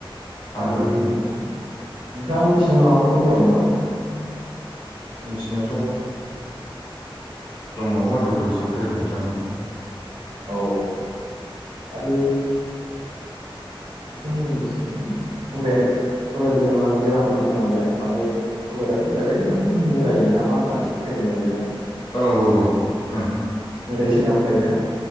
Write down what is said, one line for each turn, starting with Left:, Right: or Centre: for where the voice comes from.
Left: हामगोन
Right: आरो नोंथाङा
Left: औ
Right: मोनथिनाय माबाफोर दंबायो नामा
Left: मिथिनायाथ' दंबावोमोन र' गोसोआव फैयाखै नोंथां
Right: औ आरो जोंनिथिं खुबेर खुबेर बा बेरामफोर दंना गैया माने खबेराथ' जाहैबाय माने मोदाय नामा होननासो फोथाय नाय जायो ना
Left: औ औ औ उम
Right: मोदायसो होनना फोथायोना